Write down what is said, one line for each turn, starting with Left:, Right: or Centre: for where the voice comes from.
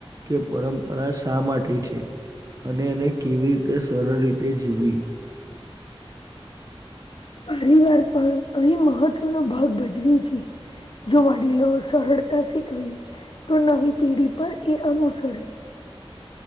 Right: કે પરંપરા શા માટે છે. અને એને કેવી રીતે સરળ રીતે જીવવી
Left: પરિવાર પણ અહી મહત્વનોો ભાગ ભજવી છી. જો વડીલો સરળતા શીખવી તો નવી પેઢી પણ એ અનુસરી